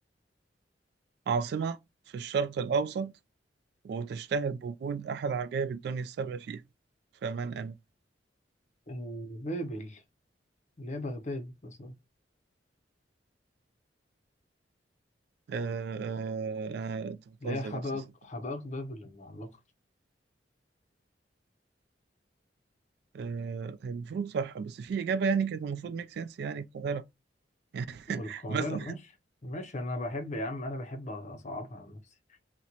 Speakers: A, on the right; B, on the left.
A: عاصمة في الشرق الأوسط وتشتهر بوجود أحد عجائب الدنيا السبع فيها فمن أنا؟
B: آه، بابل اللي هي بغداد مثلا
A: آه، آه، آه، أنت بتهزر
B: اللي هي حدائق
A: يا أستاذ صدق.
B: حدائق بابل المعلقة
A: آه، هي المفروض صح بس في إجابة يعني كانت المفروض ميك سنس يعني القاهرة
B: والقاهرة
A: <laughs> مثلا
B: ماشي ماشي أنا بحب يا عم أنا بحب أصعبها على نفسي